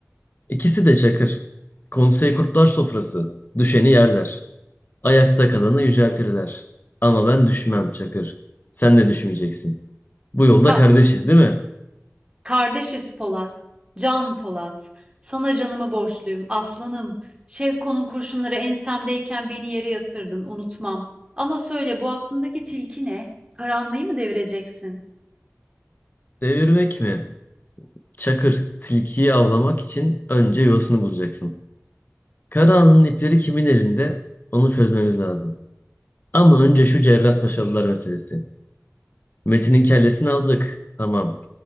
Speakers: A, on the left (about 40°); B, on the right (about 20°).
A: İkisi de çakır. Konsey kurtlar sofrası. Düşeni yerler. Ayakta kalanı yüceltirler. Ama ben düşmem çakır. Sen de düşmeyeceksin. Bu yolda
B: Ka-
A: kardeşiz değil mi?
B: kardeşiz Polat. Can Polat. Sana canımı borçluyum aslanım. Şevko'nun kurşunları ensemdeyken beni yere yatırdın unutmam. Ama söyle bu aklındaki tilki ne? Karanlığı mı devireceksin?
A: Devirmek mi? Çakır, tilkiyi avlamak için önce yuvasını bulacaksın. Karahanlı'nın ipleri kimin elinde? Onu çözmemiz lazım. Ama önce şu Cerrahpaşalılar meselesi. Metin'in kellesini aldık. Tamam.